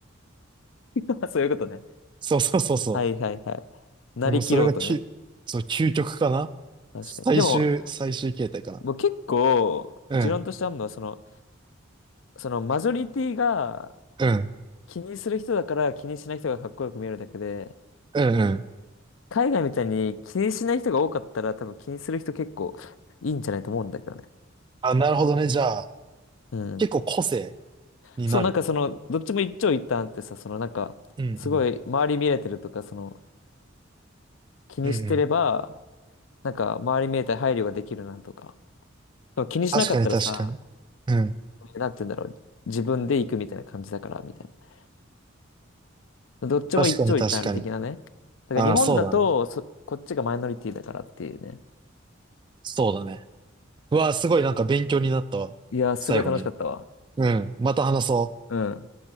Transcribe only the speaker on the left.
<laughs> そういうことね。
はいはいはい。なりきろうとね。
確かに。でも、
僕結構、
持論としてあるのは、その、そのマジョリティが
気にする人だから気にしない人がかっこよく見えるだけで、
海外みたいに気にしない人が多かったら多分気にする人結構いいんじゃないと思うんだけどね。
うん。
そう、なんかその、どっちも一長一短ってさ、そのなんか、
すごい周り見れてるとか、その、気にしてれば、
なんか周り見えたり配慮ができるなとか。でも気にしなかったらさ、
なんて言うんだろう。自分で行くみたいな感じだから、みたいな。どっちも一長一短ある的なね。
だから日本だと、
そ、こっちがマイノリティだからっていうね。
いやー、すごい楽しかったわ。
うん。